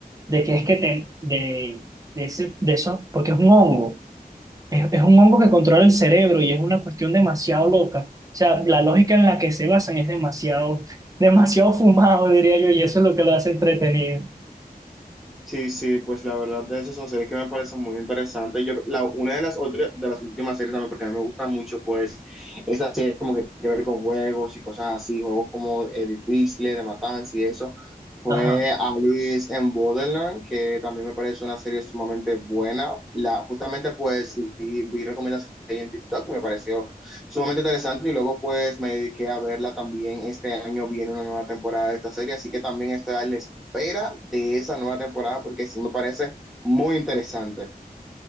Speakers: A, on the right; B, in the centre.
A: de que es que te, de, de, ese, de eso, porque es un hongo. Es, es un hongo que controla el cerebro y es una cuestión demasiado loca. O sea, la lógica en la que se basan es demasiado, <laughs> demasiado fumado, diría yo, y eso es lo que lo hace entretenido.
B: Sí, sí, pues la verdad de esas son series que me parecen muy interesantes. Yo, la, una de las otras, de las últimas series también, porque a mí me gusta mucho, pues, es la serie como que tiene que ver con juegos y cosas así, juegos como eh, difíciles, de matanza y eso. Fue
A: Ajá.
B: Alice en Borderland, que también me parece una serie sumamente buena. La, justamente, pues, vi, vi recomendaciones ahí en TikTok y me pareció sumamente interesante. Y luego, pues, me dediqué a verla también. Este año viene una nueva temporada de esta serie, así que también estoy al espera de esa nueva temporada porque sí me parece muy interesante.